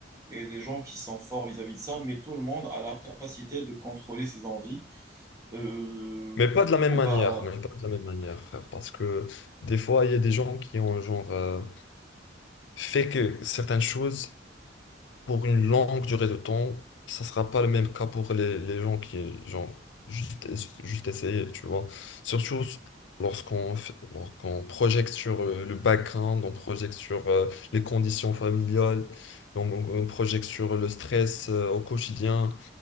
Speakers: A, on the right (about 20°); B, on the left (about 80°).
A: et des gens qui sont forts vis-à-vis de ça, mais tout le monde a la capacité de contrôler ses envies. Euh,
B: Mais
A: du
B: pas
A: coup,
B: de la même manière,
A: bah,
B: mais pas de la même manière, frère. Parce que des fois, il y a des gens qui ont genre euh, fait que certaines choses pour une longue durée de temps, ça sera pas le même cas pour les, les gens qui, genre, juste, es- juste essayer, tu vois. Surtout lorsqu'on fait- lorsqu'on projette sur euh, le background, on projette sur euh, les conditions familiales, on, on on projette sur le stress euh, au quotidien.